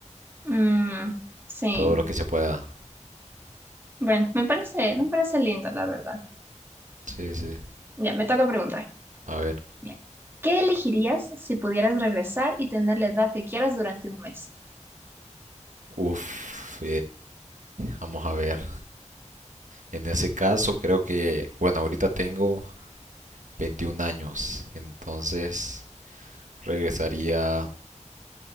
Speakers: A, on the right; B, on the right.
A: Mm, sí.
B: todo lo que se pueda.
A: Bueno, me parece, me parece lindo, la verdad.
B: Sí, sí.
A: Ya, me toca preguntar.
B: A ver,
A: Ya. ¿Qué elegirías si pudieras regresar y tener la edad que quieras durante un mes?
B: uff, vamos a ver. En ese caso, creo que, bueno, ahorita tengo 21 años, entonces regresaría